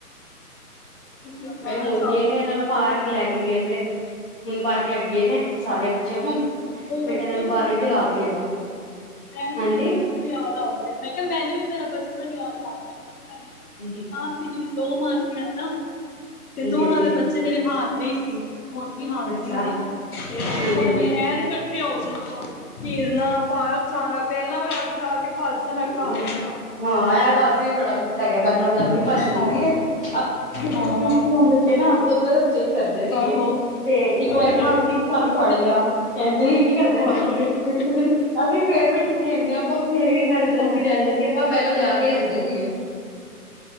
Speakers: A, on the left (about 70°); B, on the left (about 35°).
A: ਤੁਸੀਂ ਬਾਹਰ
B: ਅ ਹੁਣ
A: ਜਾਓਗੇ
B: ਗਏ ਨੇ ਇਹਨਾਂ
A: ਮੈਨੂੰ
B: ਨੂੰ
A: ਨਾ
B: ਪਾਰਕ ਲੈ ਕੇ ਗਏ ਨੇ ਹੁਣ ਪਾਰਕ ਲੈ ਕੇ ਗਏ ਨੇ ਸਾਰੇ ਬੱਚਿਆਂ ਨੂੰ
A: ਰੋਣਕਾਂ
B: ਮੈਂ ਕਿਹਾ ਇਹਨਾਂ ਨੂੰ
A: ਹੀ
B: ਬਾਹਰੋਂ
A: ਹੁੰਣਦੀਆਂ
B: ਖਿਲਾ
A: ਨਾ
B: ਕੇ ਲਿਆਓ
A: ਮੈਨੂੰ
B: ਹਾਂਜੀ
A: ਵੀ ਮੇਰਾ ਬਚਪਨ ਯਾਦ ਆ ਗਿਆ, ਮੈਂ ਕਿਹਾ ਮੈਨੂੰ ਵੀ ਮੇਰਾ ਬਚਪਨ ਯਾਦ ਆ ਗਿਆ। ਅਸੀਂ
B: ਹਾਂਜੀ
A: ਮਾਸੀ। ਦੋ ਮਾਸੀਆਂ ਨੇ ਨਾ ਤੇ ਦੋਨਾਂ
B: ਹਾਂਜੀ
A: ਦੇ ਬੱਚੇ ਮੇਰੇ ਹਾਨ ਦੇ ਸੀ। ਹੁਣ ਵੀ ਹਾਂਦੇ
B: ਅੱਛਾ
A: ਹੀ ਨੇ ਫੇਰ
B: ਹਾਂਜੀ
A: ਸਭ ਨੇ ਐਨ ਇਕੱਠੇ ਹੋ ਜਾਣਾ, ਖੇਰਨਾ, ਪਾਰ ਖਸਾਣਾ ਭੈਣਾਂ ਔਰ ਹੱਥ ਫਸਾ ਕੇ ਭੱਜ ਜਾਣਾ ਘਰ
B: ਹਮ,
A: ਦੀਆਂ
B: ਹਾਂ ਇਹ ਤਾਂ ਅਸੀਂ ਵੀ ਬੜਾ ਕੀਤਾ ਗਿਆ ਬੈਲਾਂ ਵਜਾ ਕੇ ਭੱਜਦੇ
A: ਆਹੋ
B: ਸੀਗੇ ਜਾਂਦੇ
A: ਹਾਂ
B: ਸੀ ਨਾ <unintelligible> ਕਰਦੇ ਸੀਗੇ
A: ਆਹੋ
B: ਤੇ ਇੱਕ
A: ਹਾਏ
B: ਵਾਰੀ
A: ਹਾਏ
B: ਨਾ ਆਂਟੀ ਨੇ ਸਾਨੂੰ ਫੜ ਲਿਆ ਕਹਿੰਦੀ। ਕੀ ਕਰਦੇ
A: ਹਾਏ
B: ਹੋ
A: ਹਾਏ
B: ਫੇਰ ਅਸੀਂ ਫੇਰ ਵੀ ਟੀਕੇ ਨਹੀਂ ਆਪਾਂ ਫੇਰ ਵੀ ਹਰ ਜ ਜਦੋ
A: ਹਾਂ
B: ਵੀ ਜਾਂਦੇ ਸੀ, ਆਪਾਂ ਬੈਲ ਵਜਾ ਕੇ ਜਾਂਦੇ ਸੀਗੇ।